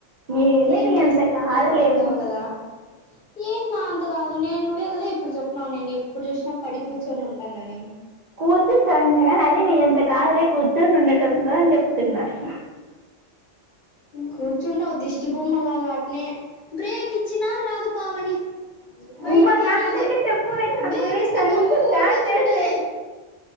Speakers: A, on the right; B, on the left.
A: ఏది
B: క్లీన్
A: నీ
B: చేసుకుంటా
A: అంత కాదులేమ్మా
B: ఉంటావు కదా ఏం నా అంత కాదు నేను నువ్వే కదా ఇప్పుడు చెప్పున్నావు నేను ఎప్పుడు చూసినా పడి కూర్చొని ఉంటానని
A: కూర్చుని కాని అదే నీ అంతా కాలే కూర్చొని ఉండటంలో అని చెప్తున్నారు అ <inaudible>
B: కూర్చుంటావు దిష్టి బొమ్మలాగా అటేనే బ్రేక్ ఇచ్చినా రాదు పావని బయటికే
A: ఇవ్వ అందరికీ
B: రాదు
A: చెప్పు నా
B: బ్రేక్
A: గురించి
B: ఇస్తే
A: అంతా
B: గమ్మున
A: బ్యాడ్
B: కూర్చొంటది
A: చేసే